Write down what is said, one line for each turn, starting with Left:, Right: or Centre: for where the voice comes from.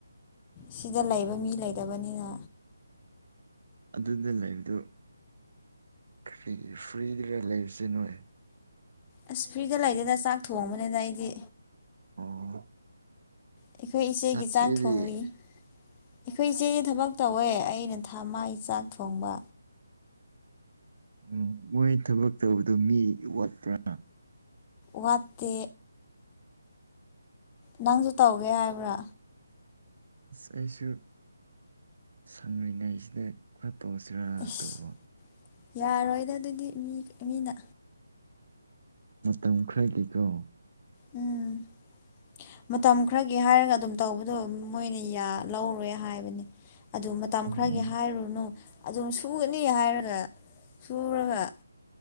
Left: ꯁꯤꯗ ꯂꯩꯕ ꯃꯤ ꯂꯩꯇꯕꯅꯤꯅ꯫
Right: ꯑꯗꯨꯗ ꯂꯩꯕꯗꯨ ꯐ꯭ꯔꯤ ꯐ꯭ꯔꯤꯗꯔ ꯂꯩꯔꯤꯁꯦ ꯅꯣꯏ꯫
Left: ꯑꯁ ꯐ꯭ꯔꯤꯗ ꯂꯩꯗꯦꯗ ꯆꯥꯛ ꯊꯣꯡꯕꯅꯤꯅ ꯑꯩꯗꯤ꯫
Right: ꯑꯣ꯫
Left: ꯑꯩꯈꯣꯏ ꯏꯆꯦꯒꯤ
Right: ꯅꯆꯦꯗꯤ
Left: ꯆꯥꯛ ꯊꯣꯡꯂꯤ꯫ ꯑꯈꯣꯏ ꯏꯆꯦꯗꯤ ꯊꯕꯛ ꯇꯧꯋꯦ ꯑꯩꯅ ꯊꯥ ꯃꯥꯒꯤ ꯆꯥꯛ ꯊꯣꯡꯕ꯫
Right: ꯎꯝ ꯃꯣꯏ ꯊꯕꯛ ꯇꯧꯕꯗꯣ ꯃꯤ ꯋꯥꯠꯄ꯭ꯔꯥ꯫
Left: ꯋꯥꯠꯇꯦ꯫ ꯅꯪꯁꯨ ꯇꯧꯒꯦ ꯍꯥꯏꯕ꯭ꯔꯥ꯫
Right: ꯑꯁ ꯑꯩꯁꯨ ꯁꯪꯂꯤꯉꯩꯁꯤꯗ ꯈꯔ ꯇꯣꯁꯤꯔꯥ
Left: ꯏꯁ
Right: ꯇꯧꯕ꯫
Left: ꯌꯥꯔꯣꯏꯗ ꯑꯗꯨꯗꯤ ꯃꯤ ꯃꯤꯅ꯫
Right: ꯃꯇꯝ ꯈꯔꯒꯤꯀꯣ꯫
Left: ꯎꯝ <inaudible> <unintelligible> ꯃꯇꯝ ꯈꯔꯒꯤ ꯍꯥꯏꯔꯒ ꯑꯗꯨꯝ ꯇꯧꯕꯗꯣ ꯃꯣꯏꯅ ꯌꯥ ꯂꯧꯔꯣꯏ ꯍꯥꯏꯕꯅꯤ꯫ ꯑꯗꯨ ꯃꯇꯝ
Right: ꯑꯣ
Left: ꯈꯔꯒꯤ ꯍꯥꯏꯔꯨꯅꯨ꯫ ꯑꯗꯨꯝ ꯁꯨꯒꯅꯤ ꯍꯥꯏꯔꯒ ꯁꯨꯔꯒ